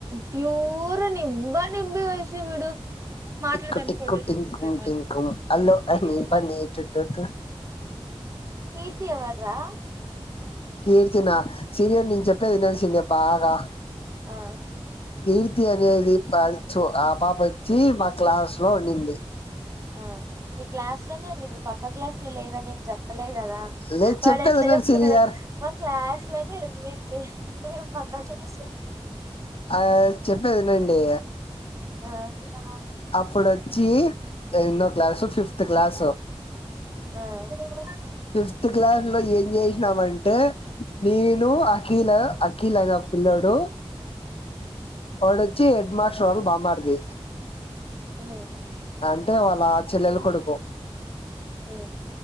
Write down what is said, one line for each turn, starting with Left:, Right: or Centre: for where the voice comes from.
Right: ప్యూర్నివ్వ నింబి వయసిబడు మాట్లాడతాను
Left: టిక్కు టిక్కు
Right: ఫోటోలు
Left: టింకుం
Right: చూపిస్తాను
Left: టింకుం
Right: అ
Left: అల్లో అని
Right: ఊ
Left: పని టుటుటు
Right: కీర్తి ఎవర్రా
Left: కీర్తినా సీనియర్ నను చెప్పేది విన్నసాల్డియా ఆగా
Right: ఉమ్
Left: కీర్తి అనేది పచు ఆ పాప వచ్చి మా క్లాస్ లో ఉండింది
Right: ఉమ్ మీ క్లాస్ లోనే ఉంది ఇప్పుడు పక్క క్లాసు లో లేదని చెప్పలే కదా
Left: లేదు చెప్పేది
Right: వాళ్ళు ఎట్లా
Left: వినండి
Right: చెప్తున్నాడంటే
Left: సీనియర్
Right: మా క్లాస్ లోనే ఎంది అంటే అ చెప్ <unintelligible>
Left: ఆహ్ చెప్పేది వినండి
Right: ఆ ఆ
Left: అప్పుడుచ్చి ఎన్నో క్లాసు ఫిఫ్త్ క్లాసు
Right: హమ్
Left: ఫిఫ్త్ క్లాస్ లో ఏం చేసినామంటే నేను అఖిల అఖీల్ అనే ఒక పిల్లోడు వడోచ్చి హెడ్ మాస్టర్ వాళ్ల బామ్మర్ది
Right: ఉమ్
Left: అంటే వాళ్ళ చెల్లెలు కొడుకు.
Right: హమ్